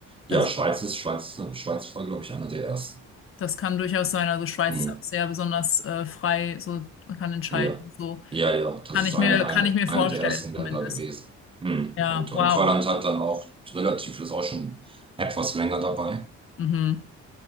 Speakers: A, on the left; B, on the right.
A: das,
B: Ja, Schweiz ist, Schweiz, Schweiz war, glaube ich, einer der ersten.
A: das kann durchaus sein. Also Schweiz
B: Hm.
A: ist ja auch sehr besonders äh, frei, so man kann entscheiden.
B: Ja.
A: So
B: Ja, ja, das
A: kann
B: ist
A: ich
B: eine,
A: mir,
B: eine,
A: kann ich mir
B: eine
A: vorstellen,
B: der ersten Länder
A: zumindest.
B: gewesen. Hm.
A: Ja,
B: Und, und
A: wow.
B: Holland hat dann auch relativ, ist auch schon etwas länger dabei.
A: Mhm.